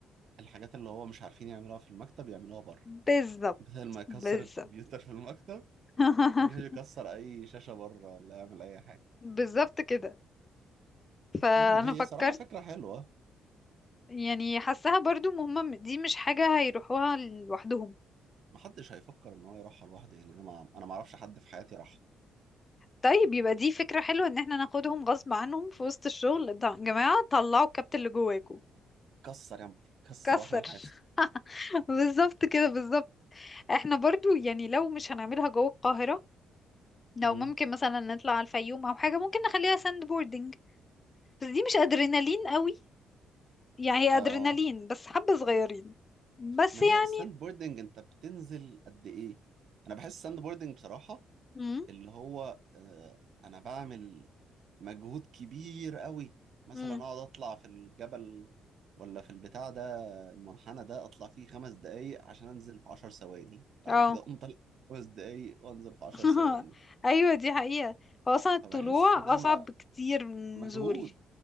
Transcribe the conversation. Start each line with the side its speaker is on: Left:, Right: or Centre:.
Right: الحاجات اللي هو مش عارفين يعملوها في المكتب يعملوها بره
Left: بالظبط
Right: بدل ما يكسر
Left: بالظبط
Right: الكمبيوتر في المكتب
Left: <laughs>
Right: يروح يكسر اي شاشة بره ولا يعمل اي حاجة
Left: بالظبط كده فأنا
Right: امم هي
Left: فكرت
Right: صراحة فكرة حلوه
Left: يعني حاساها برضو مهمة دي مش حاجة هيروحوها لوحدهم
Right: محدش هيفكر ان هو يروحها لوحده يعني انا ما انا ما اعرفش حد في حياتي راح
Left: طيب يبقى دي فكرة حلوة ان احنا ناخدهم غصب عنهم في وسط الشغل ده- يا جماعة طلعوا الكابتن اللي جواكوا
Right: كسر يا عم كسر
Left: كسر
Right: واحنا نحاسب
Left: <laughs> بالظبط كده بالظبط احنا برضو يعني لو مش هنعملها جوه القاهرة لو
Right: امم
Left: ممكن مثلا نطلع على الفيوم او حاجة ممكن نخليها ساند بوردنج بس دي مش ادرينالين قوي يعني هي
Right: اه
Left: ادرينالين بس حبة صغيرين بس
Right: ما
Left: يعني
Right: هي الساند بوردنج انت بتنزل قد ايه انا بحس الساند بوردنج بصراحة
Left: امم
Right: اللي هو آه انا بعمل مجهود كبير قوي مثلا
Left: امم
Right: اقعد اطلع في الجبل ولا في البتاع ده المنحنى ده اطلع فيه خمس دقايق عشان انزل في عشر ثواني بعد
Left: اه
Right: كده اقوم طالع خمس دقايق وانزل في عشر
Left: <laughs>
Right: ثواني
Left: ايوه دي حقيقة هو اصلا الطلوع
Right: فبحس ده
Left: اصعب
Right: م-
Left: بكتير من النزول
Right: مجهود